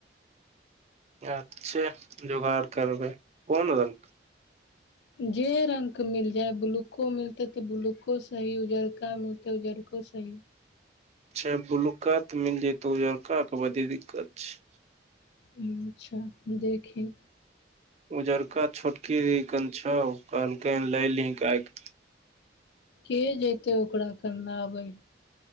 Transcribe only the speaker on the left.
जे रंग के मिल जाय ब्लूको मिलते ते ब्लूको सही उजरका मिलते उजरका ओ सही
हुँ अच्छा देखे
के जेतै ओकरा कनावै ला